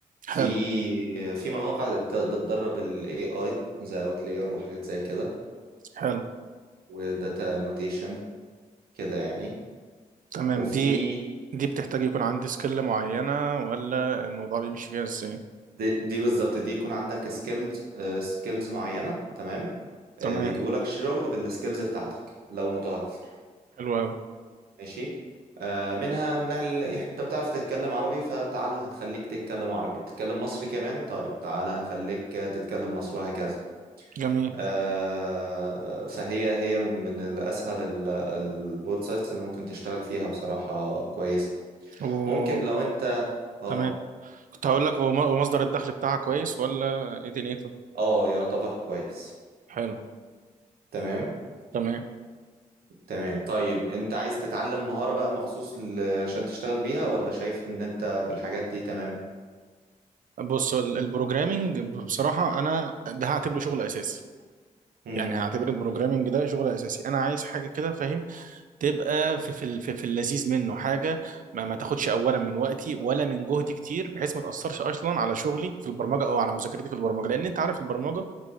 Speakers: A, on the right; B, on the right.
A: في
B: حلو
A: في مواقع بت- بتدرب ال AI زي Outlier وحاجات زي كده
B: حلو
A: وداتا نوتيشن كده يعني
B: تمام
A: وفي
B: دي دي بتحتاج يكون عندي سكيل معينة ولا الموضوع بيمشي فيها ازاي
A: دي, دي بالظبط دي يكون عندك سكيلد سكيلز معينة تمام آه،
B: تمام
A: بيجيبوا لك شغل بالسكيلز بتاعتك لو متوفر
B: حلو أوي
A: ماشي آه، منها ان ال- إح- انت بتعرف تتكلم عربي فتعال هتخليك تتكلم عربي تتكلم مصري كمان طيب تعال هنخليك تتكلم مصري وهكذا
B: جميل
A: آه، فهي هي من من الأسهل ال- الويب سايتس اللي ممكن تشتغل فيها بصراحة كويسة
B: و
A: ممكن لو أنت اه
B: تمام كنت هقول لك هو م- هو مصدر الدخل بتاعها كويس ولا ايه دنيته
A: اه يعتبر كويس
B: حلو
A: تمام
B: تمام
A: تمام طيب أنت عايز تتعلم مهارة بقى مخصوص ل- عشان تشتغل بيها ولا شايف إن أنت بالحاجات دي تمام؟
B: بص ال- البروجرامينج بصراحة أنا ده هعتبره شغل أساسي
A: مم.
B: يعني هعتبر البروجرامينج ده شغل أساسي أنا عايز حاجة كده فاهم تبقى في في ال- في في اللذيذ منه حاجه ما, ما تاخدش اولا من وقتي ولا من جهدي كتير بحيث ما تاثرش اصلا على شغلي في البرمجه او على مذاكرتي في البرمجه لان انت عارف البرمجه